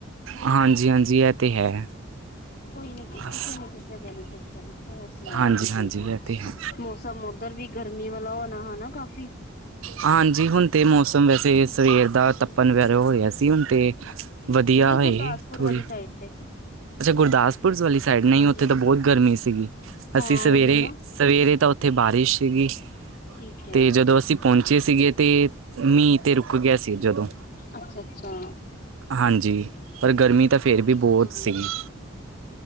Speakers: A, on the right; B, on the left.
A: ਹਾਂਜੀ ਹਾਂਜੀ ਇਹ ਤੇ ਹੈ
B: ਕੋਈ ਨੀ
A: ਬਸ
B: ਕਿਸੇ ਨੇ ਕਿਸੇ ਦੇ ਨੁ। ਹੋਰ ਸੁਣਾਓ
A: ਹਾਂਜੀ
B: ਤੁਸੀਂ
A: ਹਾਂਜੀ ਇਹ ਤੇ ਹੈ
B: ਮੌਸਮ ਉਧਰ ਵੀ ਗਰਮੀ ਵਾਲਾ ਹੋਣਾ ਹਨਾ। ਕਾਫ਼ੀ
A: ਹਾਂਜੀ ਹੁਣ। ਅਤੇ ਮੌਸਮ ਵੈਸੇ ਸਵੇਰ ਦਾ ਤੱਪਣ ਵਰਾ ਹੋ ਰਿਹਾ ਸੀ ਹੁਣ ਅਤੇ ਵਧੀਆ
B: ਨਹੀਂ ਗੁਰਦਾਸਪੁਰ
A: ਥੋੜ੍ਹੀ।
B: ਵਾਲੀ ਸਾਈਡ ਤੇ
A: ਅੱਛਾ ਗੁਰਦਾਸਪੁਰ ਵਾਲੀ ਸਾਈਡ ਨਹੀਂ
B: ਹਾਂਜੀ
A: ਉੱਥੇ
B: ਹਾਂਜੀ
A: ਤਾਂ ਬਹੁਤ ਗਰਮੀ ਸੀਗੀ
B: ਹਾਂ
A: ਅਸੀਂ ਸਵੇਰੇ
B: ਉਹੀ ਨਾ
A: ਸਵੇ। ਤਾਂ ਉੱਥੇ ਬਾਰਿਸ਼ ਸੀਗੀ
B: ਠੀਕ ਹੈ
A: ਤੇ ਜਦੋਂ ਅਸੀਂ ਪਹੁੰ ਬੱਚੇ ਸੀਗੇ ਤੇ ਮੀਂਹ ਤੇ ਰੁਕ ਗਿਆ ਸੀ ਜਦੋਂ।
B: ਅੱਛਾ-ਅੱਛਾ।
A: ਹਾਂਜੀ ਪਰ ਗਰਮੀ। ਪਾ ਕੇ ਇਹਨੂੰ
B: ਤੁਸੀਂ
A: ਦਬਾ ਕੇ ਬਹੁਤ
B: ਕਿੱਥੋਂ
A: ਸੀ ਤੇ ਉਹਨੇ